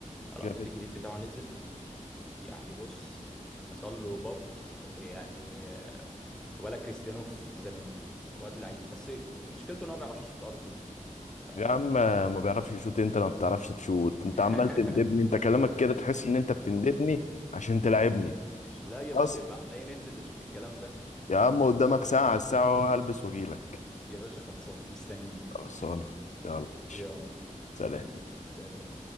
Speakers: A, in the centre; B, on the left.
A: الابديت
B: جامد
A: الجديد بتاعه نزل يعني بص حصل له باف يعني آه، ولا كريستيانو في زمانه واد لعيب بس مشكلته ان هو ما بيعرفش يشوط ار 2 فاهم
B: يا عم ما بيعرفش يشوت انت ما بتعرفش تشوت انت
A: <laughs>
B: عمال تندبني انت كلامك كده تحس ان انت بتندبني عشان تلعبني
A: لا يا
B: خلاص
A: باشا يبقى احنا ايه ننزل نشوف الكلام ده
B: يا عم قدامك ساعة على الساعة وهلبس واجيلك
A: يا باشا خلصانه مستنيه
B: خلصانة يلا
A: يلا
B: سلام
A: سلام